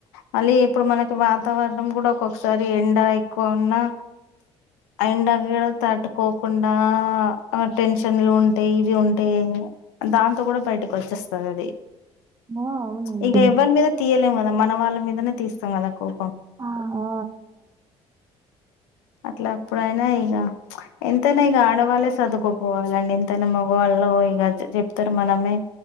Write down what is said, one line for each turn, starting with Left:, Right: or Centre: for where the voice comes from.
Left: మళ్ళీ ఇప్పుడు మనకి వాతావరణం కూడా ఒక్కొక్కసారి ఎండ ఎక్కువ ఉన్నా ఆ ఎండకు కూడా తట్టుకోకుండా టెన్షన్లు ఉంటాయి ఇది ఉంటే దాంతో కూడా బయటకు వచ్చేస్తది అది
Right: ఆ అవునండి
Left: ఇగ ఎవ్వరి మీద తీయలే ద మన వాళ్ళ మీదనే తీస్తాం కదా కోపం
Right: ఆ ఆ
Left: అట్లా అప్పుడైనా ఇగ ఎంతైనా ఇగ ఆడవాళ్ళే సర్దుకపోవాలండి ఎంతైనా మగవాళ్ళ ఇగ చెప్తారు మనమే